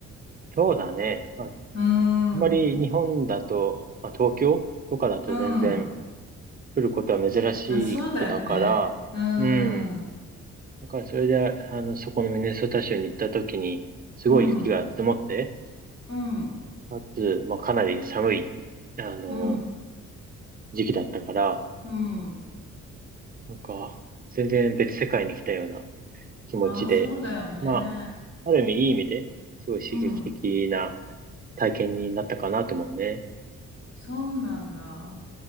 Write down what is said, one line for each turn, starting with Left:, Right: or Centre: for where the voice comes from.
Right: そうだね。まあ、
Left: うん、
Right: あんまり日本だと、
Left: うん。
Right: まあ、東京とかだと全然
Left: あ、
Right: 来ることは珍しいことだから、
Left: そうだよね。うん、
Right: うん。
Left: うん、
Right: だからそれで、あの、そこのミネソタ州に行った時に、すごい雪が積もって、
Left: うん、う
Right: かつ、まあ、かなり寒い、あの、
Left: ん、
Right: 時期だったから、
Left: うん。
Right: なんか、全然別世界に来たような気持ちで、
Left: ああ、そうだよね。
Right: まあ、ある意味いい意味で、すごい刺激的な
Left: うん、
Right: 体験になったかなと思うね。
Left: そうなんだ。